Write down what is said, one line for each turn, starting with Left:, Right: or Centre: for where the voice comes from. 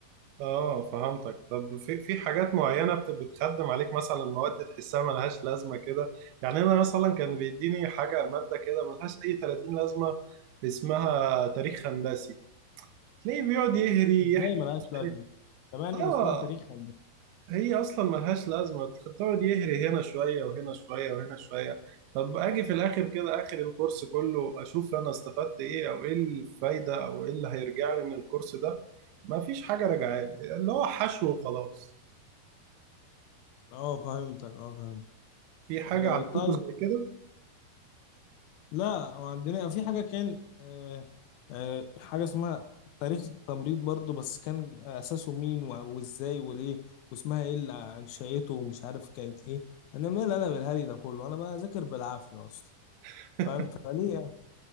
Right: اه فهمتك طب في في حاجات معينة بت- بتخدم عليك مثلا مواد تحسها ملهاش لازمة كده يعني أنا مثلا كان بيديني حاجة مادة كده ملهاش أي 30 لازمة اسمها تاريخ هندسي تلاقيه بيقعد يهري
Left: ازاي
Right: يحكي
Left: ملهاش
Right: مش
Left: لازمه
Right: عارف
Left: كمان
Right: اه
Left: من اسمها تاريخ هندسه
Right: هي أصلا ملهاش لازمة تخ- تقعد يهري هنا شوية وهنا شوية وهنا شوية طب أجي في الآخر كده آخر الكورس كله أشوف أنا استفدت إيه أو إيه الفايدة أو إيه اللي هيرجع لي من الكورس ده مفيش حاجة راجعالي اللي هو حشو وخلاص
Left: اه فهمتك اه فهمت
Right: في حاجة
Left: آه
Right: عندكم
Left: طيب
Right: زي كده
Left: لا وعندنا في حاجه كان آه آه حاجه اسمها تاريخ التمريض برضو بس كان اساسه مين و- وازاي وليه واسمها ايه اللي انشأته ومش عارف كانت ايه انا مال انا بالهري ده كله انا بذاكر بالعافيه اصلا
Right: <laughs>
Left: فاهم فليه